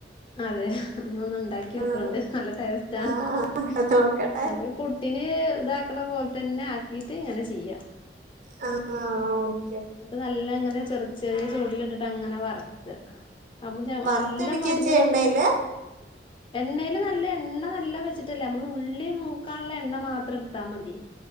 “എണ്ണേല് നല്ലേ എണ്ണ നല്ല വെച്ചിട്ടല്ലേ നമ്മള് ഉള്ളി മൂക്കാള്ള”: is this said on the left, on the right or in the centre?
Left